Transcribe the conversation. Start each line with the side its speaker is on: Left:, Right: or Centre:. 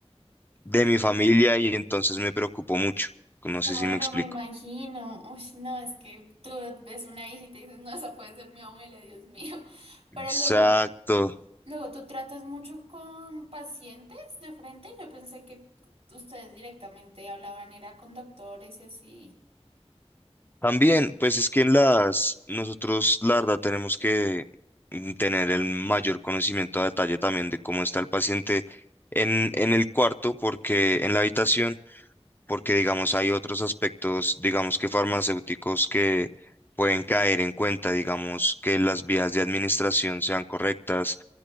Left: de
Right: Ah,
Left: mi familia y entonces me preocupo mucho. No
Right: claro,
Left: sé si me explico.
Right: me imagino. Uy, no, es que tú ves una hijita y dices, no, esa puede ser mi abuela, Dios mío. <laughs> Pero
Left: Exacto.
Right: luego Luego, ¿tú tratas mucho con pacientes de frente? Yo pensé que t- ustedes directamente hablaban, era con doctores y así.
Left: También, pues es que en las, nosotros, la verdad, tenemos que mm, tener el mayor conocimiento a detalle también de cómo está el paciente en, en el cuarto, porque en la habitación, porque digamos hay otros aspectos, digamos que farmacéuticos que pueden caer en cuenta, digamos que las vías de administración sean correctas,